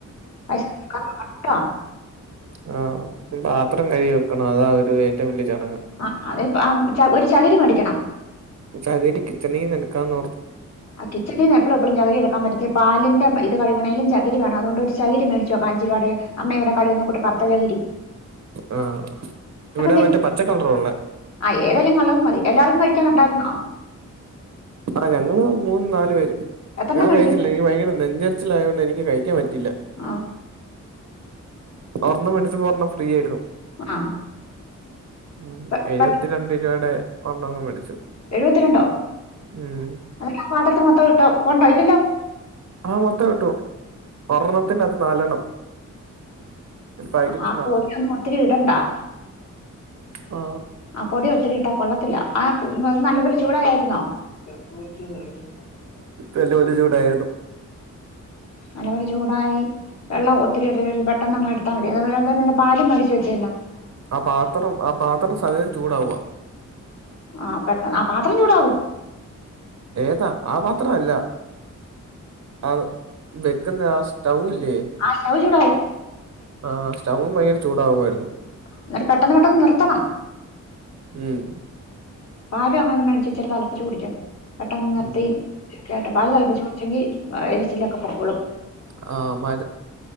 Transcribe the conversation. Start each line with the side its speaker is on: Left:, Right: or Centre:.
Left: അ <unintelligible>
Right: ആ പാത്രം കരി വെക്കണം അതാ ഒരു ഏറ്റവും വലിയ ചടങ്ങ്
Left: ആ അതിപ്പോ ആ ഒരു ചകരിമേടിക്കണം
Right: സഹകരിരിക്ക ഇച്ചണയും എടുക്കാം
Left: ആ കിച്ചണിൽന്ന് എഴും എപ്പോഴും ചകരി എടുക്കാൻ പറ്റത്തില്ല പിന്റെ ഇത് കഴുകണേലും <unintelligible> ചകരി വേണം അതൊ ചകരിേടിച്ചോ കാഞ്ചരിൂ അടെ അമ്മവിടെ കഴിയുന്നട്ട കത്ത ചകരി
Right: ആ ഇവിടെ
Left: തി-
Right: മറ്റേ പച്ചക്കളറ ഉള്ള
Left: ആ ഏതെലും കളർ മതി എല്ലാർക്കും കഴിക്കാനൊണ്ടായിര്ന്നോ?
Right: ആ ഞങ്ങള് മൂന്ന് നാലു പേര്
Left: എത്രണ്ണം
Right: ഞാൻ
Left: മേടിച്ചു
Right: കഴിച്ചില്ല എനിക്ക് ഭയങ്കര നെഞ്ഞെരിച്ചിലായോണ്ട് എനിക്ക് കഴിക്കാൻ പറ്റീല്ല.
Left: ആ
Right: ഒർണ്ണം മേടിച്ചപ്പോ ഒർണ്ണം ഫ്രീ ആയിരുന്നു.
Left: ആ
Right: ഉം
Left: പെ-
Right: എഴുപത്തിരണ്ട്
Left: പെ-
Right: രൂപേടെ ഒരെണ്ണങ്ങ് മേടിച്ചു.
Left: എഴുപത്തിരണ്ടോ
Right: ഉം
Left: <unintelligible> മാത്രത്തി മൊത്തം കിട്ടോ കൊണ്ടോ ഇല്ലല്ലോ?
Right: ആ മൊത്ത കിട്ടു ഒർണ്ണത്തിന്റാത്ത് നാലെണ്ണം. ഒരു പാക്കറ്റിനകത്ത്
Left: ആ പൊടിയൊന്നു ഒത്തിരി ഇടണ്ടാ.
Right: ആ.
Left: ആ പൊടി ഒത്തിരി ഇട്ടാ കൊള്ളത്തില്ല ആ നല്ലപോല ചൂടായാർന്നോ? <unintelligible>
Right: വല്യ വല്യ ചൂടായിർന്നു.
Left: നല്ലവല ചൂടായി വെള്ളം <inaudible> പെട്ടെന്നങ്ങ് എട്ത്താ മതി <unintelligible> പാലും മേടിച്ച് വെച്ചിന്ന
Right: ആ പാത്രം ആ പാത്രം സഹിതം ചൂടാവുവ.
Left: ആ പെട്ട ആ പാത്രം ചൂടാകും.
Right: ഏതാ? ആ പാത്രവല്ല. ആ വെക്കുന്ന ആ സ്റ്റൗവില്ല്യേ?
Left: ആ സ്റ്റൗ ചൂടാവും
Right: ആ സ്റ്റൗവും ഭയങ്കര ചൂടകുവായിരുന്നു.
Left: എന്നിട്ട് പെട്ടെന്ന് പെട്ടെന്ന് നിർത്തണം
Right: ഉം.
Left: പാലും അങ്ങനെ മേടിച്ചെച്ചിരി തെളപ്പിച്ച് കുടിക്കാ പെട്ടെന്ന് നിർത്തി
Right: ഉം
Left: കേട്ട് പാല് തെളപ്പിച്ച് കുടിച്ചെങ്കീ എരിച്ചിലൊക്കെ പോക്കോളും.
Right: ആ അവമ്മാര്,